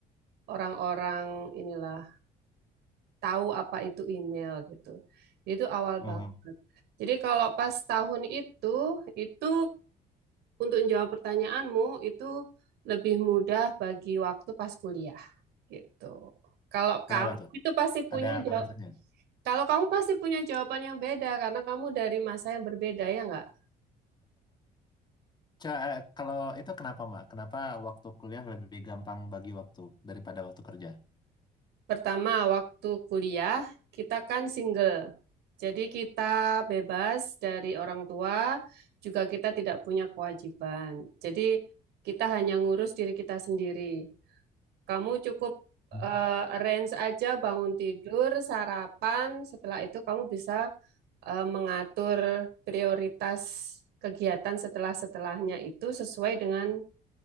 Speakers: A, on the right; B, on the left.
A: orang-orang inilah tahu apa itu email gitu. Jadi Itu awal
B: Mhm.
A: banget. Jadi kalau pas tahun itu, itu untuk menjawab pertanyaanmu itu lebih mudah bagi waktu pas kuliah gitu. Kalau kamu
B: Kenapa mm. tuh?
A: itu pasti punya
B: Ada
A: jawab,
B: alasannya?
A: kalau kamu pasti punya jawaban yang beda karena kamu dari masa yang berbeda ya nggak?
B: Ca- eh, kalau itu kenapa Mbak? Kenapa waktu kuliah lebih gampang bagi waktu daripada waktu kerja?
A: Pertama, waktu kuliah kita kan single. Jadi kita bebas dari orang tua, juga kita tidak punya kewajiban. Jadi kita hanya ngurus diri kita sendiri. Kamu cukup
B: Hmm.
A: eh, arrange aja bangun tidur, sarapan, setelah itu kamu bisa eh, mengatur prioritas kegiatan setelah-setelahnya itu sesuai dengan